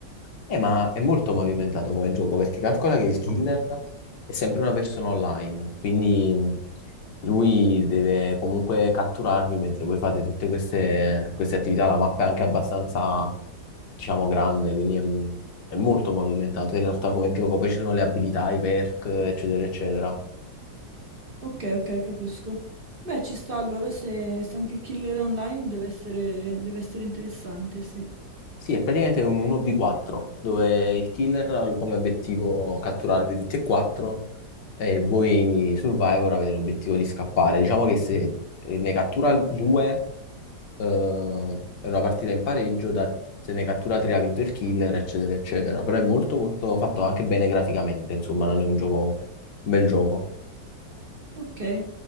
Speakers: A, on the left; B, on the right.
A: Eh, ma è molto movimentato come gioco perché calcola che il killer è sempre una persona online, quindi mh, lui deve comunque catturarvi mentre voi fate tutte queste, queste attività. La mappa è anche abbastanza, diciamo, grande, quindi è, mh, è molto movimentato in realtà come gioco. Poi ci sono le abilità, i perk, eccetera, eccetera.
B: Ok, ok, capisco. Beh, ci sta allora se, se anche il killer è online deve essere, deve essere interessante, sì.
A: Sì, è praticamente un 1v4 dove il killer ha come obiettivo catturarvi tutti e quattro E voi Survivor avete l'obiettivo di scappare. Diciamo che se eh, ne cattura due, eh, è una partita in pareggio, da- se ne cattura tre ha vinto il killer, eccetera, eccetera. Però è molto, molto fatto anche bene graficamente, insomma, non è un gioco, un bel gioco.
B: Ok.